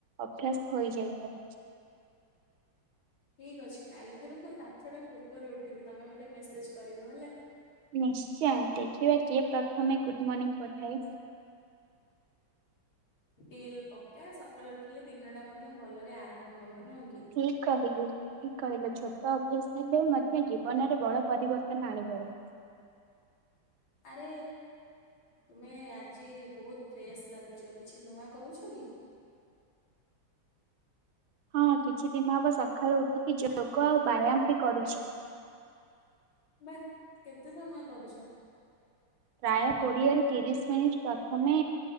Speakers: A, on the right; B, on the left.
A: ଅଭ୍ୟାସ ହୋଇଯାଇଥାଏ
B: ଠିକ ଅଛି କାଲି ଠାରୁ ମୁଁ ସାତଟା ପୂର୍ବରୁ ଉଠିବି ତମେ ମତେ ମେସେଜ କରିବ ହେଲା
A: ନିଶ୍ଚୟ ଦେଖିବା କିଏ ପ୍ରଥମେ ଗୁଡ ମର୍ଣିଂ ପଠାଏ
B: ଡିଲ୍ ପକ୍କା ସଖାଳୁ ଉଠିଲେ ଦିନ ଟା ମଧ୍ୟ ଭଲରେ ଆରମ୍ଭ ହବ ନୁହଁ କି
A: ଠିକ୍ କହିଲୁ। ଠିକ୍ କହିଲ ଛୋଟ ଅଭ୍ୟାସ ହେଲେ ମଧ୍ୟ ଜୀବନରେ ବଡ ପରିବର୍ତ୍ତନ ଆଣିପାରେ।
B: ଆରେ ତୁମେ ଆଜି ବହୁତ ଫ୍ରେଶ ଲାଗୁଛ। କିଛି ନୂଆ କରୁଛ କି?
A: ହଁ କିଛି ଦିନ ହବ ସକାଳୁ ଉଠିକି ଯୋଗ ଆଉ ବ୍ୟାୟାମ ବି କରୁଚି।
B: ବାଃ କେତେ ସମୟ କରୁଚ?
A: ପ୍ରାୟ କୋଡିଏରୁ ତିରିଶ ମିନିଟ୍ ପ୍ରଥମେ